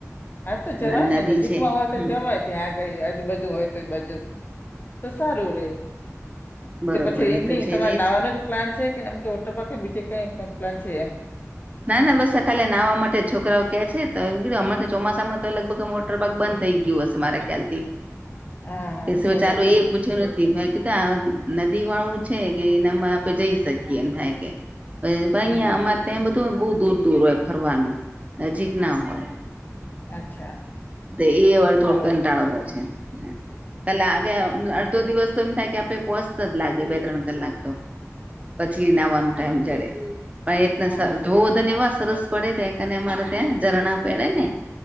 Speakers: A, on the left; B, on the right.
A: હા તો જવાય
B: નદી
A: ને, નજીકમાં
B: છે
A: હોય તો
B: હમ
A: જવાય ત્યાં કઈ આજુબજુ હોય તો એ બાજુ, તો સારું રે.
B: બરોબર
A: તો પછી
B: એ
A: એમ
B: તો
A: નહિ,
B: છે
A: તમારે
B: જ એજ
A: નાવાનુંજ પ્લાન છે કે, એમ કે ઓટર પાક કે બીજે કઈ પ્લાન છે એમ.
B: ના ના બસ કાલે નાવા માટે, છોકરાઓ કે છે તો એમ કીધું અમાર ચોમાસામાં તો લગભગ આ વોટર પાક બંધ થઈ ગયું હશે મારા ખ્યાલથી.
A: હા હા
B: કેશુ
A: બરોબર
B: ચાલુ એ પુ છયુ નથી, બાકીતો આ નદી વાળું છે, કે એનામાં આપણે જઈ શકીએ, એમ થાય કે અ પહિ
A: હમ
B: ન્યા અમારે ત્યાં બધું બહુ દૂર દૂર હોય ફરવાનું, નજીક ના હોય.
A: અચ્છા
B: એ
A: સારું
B: થોડું કંટાળવો છે કાલે આગે અડધો દિવસ તો એમ થાય કે પોહચતા જ લાગે બે ત્રણ કલાક તો પછી નાવાનું મ જડે પણ
A: હા
B: એને સર ધો ધનવા સરસ પડે તને મારે ત્યાં ઝરણા પહેડે ને